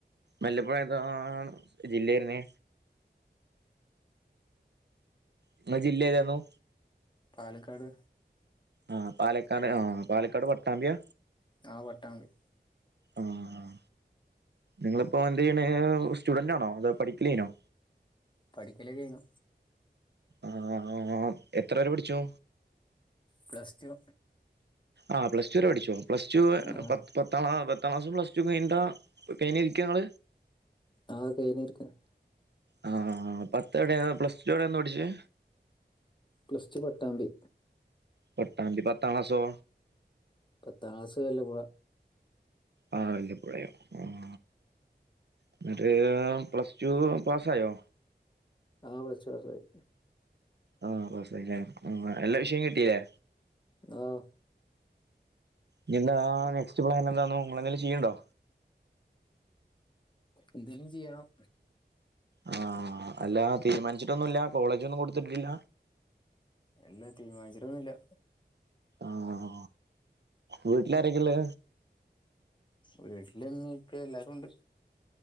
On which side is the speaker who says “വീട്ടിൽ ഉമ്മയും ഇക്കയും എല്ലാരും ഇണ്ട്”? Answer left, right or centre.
Left